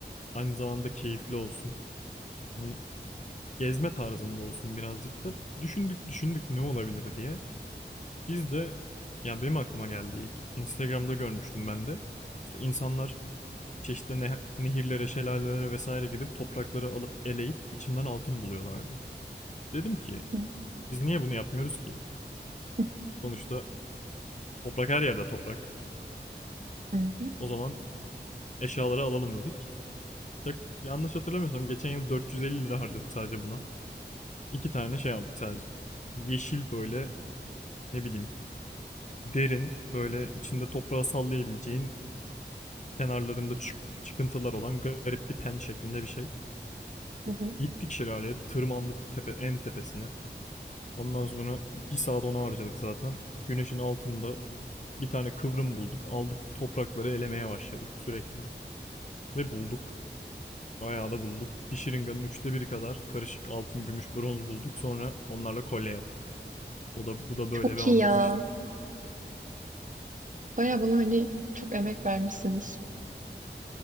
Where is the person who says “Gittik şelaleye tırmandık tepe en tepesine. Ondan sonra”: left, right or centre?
Left